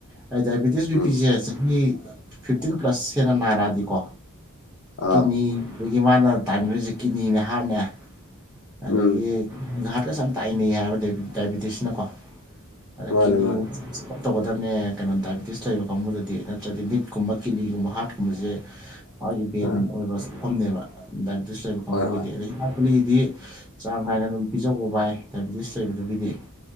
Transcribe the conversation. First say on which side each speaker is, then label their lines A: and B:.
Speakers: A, in the centre; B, on the left.
A: ꯍꯥꯏꯗꯤ ꯗꯥꯏꯕꯦꯇꯤꯁ ꯕꯤꯄꯤꯁꯦ
B: ꯎꯝ
A: ꯆꯍꯤ ꯐꯤꯐꯇꯤꯟ ꯄ꯭ꯂꯁ ꯍꯦꯟꯅ ꯅꯥꯔꯛꯑꯗꯤꯀꯣ
B: ꯑꯥ
A: ꯀꯤꯅꯤ ꯑꯗꯒꯤ ꯃꯥꯅ ꯇꯥꯅꯔꯤꯁꯦ ꯀꯤꯠꯅꯤꯅꯦ ꯍꯥꯔꯠꯅꯦ ꯑꯗꯒꯤ
B: ꯎꯝ
A: ꯒꯍꯥꯠꯀꯁꯨ ꯌꯥꯝ ꯇꯥꯛꯏꯅꯩ ꯍꯥꯏꯕ ꯗꯥꯏꯕꯦꯇꯤꯁꯅꯀꯣ ꯑꯗ
B: ꯃꯥꯅꯦ
A: ꯀꯤꯗꯅꯤ
B: ꯃꯥꯅꯦ
A: ꯒꯨꯝꯕ ꯞ ꯇꯧꯒꯗꯕꯅꯦ ꯀꯩꯅꯣ ꯗꯥꯏꯦꯇꯤꯁ ꯂꯩꯕ ꯀꯥꯡꯕꯨꯗꯗꯤ ꯅꯠꯇ꯭ꯔꯗꯤ ꯃꯤꯠꯀꯨꯝꯕ ꯀꯤꯠꯅꯤꯒꯨꯝꯕ ꯍꯥꯔꯠꯀꯨꯝꯕꯁꯦ ꯃꯥꯒꯤ ꯕꯦꯟ
B: ꯑꯥ
A: ꯑꯣꯏꯕ ꯁꯐꯝꯅꯦꯕ ꯗꯥꯏꯕꯦꯇꯤꯁ ꯂꯩꯕ ꯀꯥꯡꯕꯨꯒꯤꯗꯤ
B: ꯍꯣꯏ ꯍꯣꯏ
A: ꯑꯗ ꯍꯤꯗꯥꯛ ꯀꯨꯂꯤꯒꯤꯗꯤ ꯆꯥꯡ ꯅꯥꯏꯅ ꯑꯗꯨꯝ ꯄꯤꯖꯧꯀꫭ ꯕꯥꯏ ꯗꯥꯏꯄꯤꯇꯤꯁ ꯂꯩꯕꯗꯨꯒꯤꯗꯤ